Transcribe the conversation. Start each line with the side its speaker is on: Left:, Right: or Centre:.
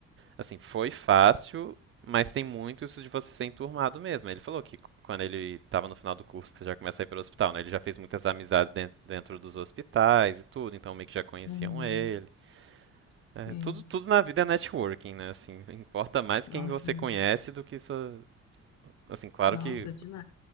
Right: assim, foi fácil, mas tem muito isso de você ser enturmado mesmo. Ele falou que quando ele estava no final do curso, que você já começa a ir para o hospital, né? Ele já fez muitas amizades dentro, dentro dos hospitais e tudo, então meio que já conheciam
Left: Uhum.
Right: ele. É,
Left: Sim.
Right: tudo, tudo na vida é networking, né? Assim, <laughs> importa mais
Left: Nossa,
Right: quem você
Left: é.
Right: conhece do que sua. Assim, claro
Left: Nossa,
Right: que
Left: demais,